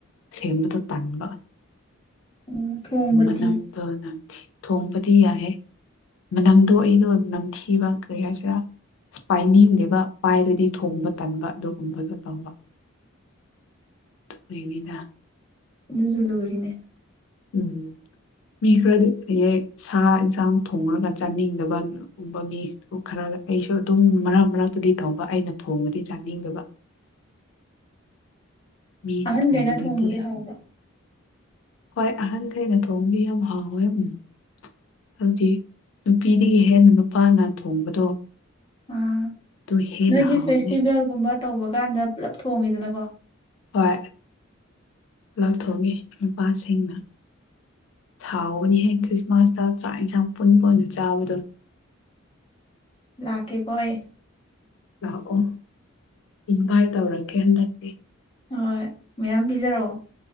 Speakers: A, on the left; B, on the left.
A: ꯁꯦꯝꯕꯗꯣ ꯇꯟꯕ
B: ꯎꯝ ꯊꯣꯡꯕꯗꯤ
A: ꯃꯅꯝꯗ ꯅꯪ ꯊꯣꯡꯕꯗꯤ ꯌꯥꯏꯦ ꯃꯅꯝꯗꯣ ꯑꯩꯗꯣ ꯅꯝꯊꯤꯕ ꯀꯔꯤ ꯍꯥꯏꯁꯤꯔꯥ ꯏꯁꯄꯥꯏꯅꯤꯡꯅꯦꯕ ꯄꯥꯏꯔꯗꯤ ꯊꯣꯡꯕ ꯇꯟꯕ ꯑꯗꯨꯒꯨꯝꯕꯗꯨꯣ ꯇꯧꯕ ꯅꯤꯗ
B: ꯑꯗꯨꯁꯨꯨ ꯂꯣꯔꯤꯅꯦ
A: ꯎꯝ ꯃꯤ ꯈꯔꯗꯤ ꯍꯌꯦꯦꯛ ꯁꯥ ꯌꯦꯟꯁꯥꯡ ꯊꯣꯡꯂꯒ ꯆꯥꯅꯤꯡꯗꯕꯒꯨꯝꯕ ꯃꯤꯗꯨ ꯈꯔ ꯑꯩꯁꯨ ꯑꯗꯨꯝ ꯃꯔꯛ ꯃꯔꯛꯇꯨꯗꯤ ꯇꯧꯕ ꯑꯩꯅ ꯊꯣꯡꯉꯗꯤ ꯆꯥꯅꯤꯡꯗꯕ
B: <inaudible>
A: ꯃꯤꯅ
B: ꯑꯍꯟꯈꯩꯅ
A: ꯊꯣꯡꯕꯅꯗꯤ
B: ꯊꯣꯡꯕꯨꯗꯤ ꯍꯥꯎꯕ꯭ꯔꯥ
A: ꯍꯣꯏ ꯑꯍꯟꯈꯩꯅ ꯊꯣꯡꯕꯤ ꯌꯥꯝ ꯍꯥꯎꯋꯦꯝ <inaudible> ꯍꯧꯖꯤꯛ ꯅꯨꯄꯤꯗꯒꯤ ꯍꯦꯟꯅ ꯅꯨꯄꯥꯅ ꯊꯣꯡꯕꯗꯣ
B: ꯑꯥ
A: ꯑꯗꯨ ꯍꯦꯟꯅ
B: ꯅꯣꯏꯒꯤ
A: ꯍꯥꯎꯕꯅꯦ
B: ꯐꯦꯁꯇꯤꯚꯦꯜꯒꯨꯝꯕ ꯇꯧꯕ ꯀꯥꯟꯗ ꯄꯨꯜꯂꯞ ꯊꯣꯡꯉꯤꯗꯅꯀꯣ
A: ꯍꯣꯏ ꯂꯥꯎꯊꯣꯛꯒꯦ ꯅꯨꯄꯥꯁꯤꯡꯅ ꯁꯥꯎꯕꯅꯤꯍꯦꯛ ꯈ꯭ꯔꯤꯁꯃꯥꯁꯇ ꯆꯥꯛ ꯏꯟꯁꯥꯡ ꯄꯨꯟꯕ ꯑꯣꯏꯅ ꯆꯥꯕꯗꯣ
B: ꯂꯥꯛꯀꯦ ꯀꯣꯏ
A: ꯂꯥꯛꯑꯣ ꯏꯟꯚꯥꯏꯠ ꯇꯧꯔꯀꯦ ꯍꯟꯗꯛꯇꯤ
B: ꯍꯣꯏ ꯃꯌꯥꯝ ꯄꯤꯖꯔꯛꯑꯣ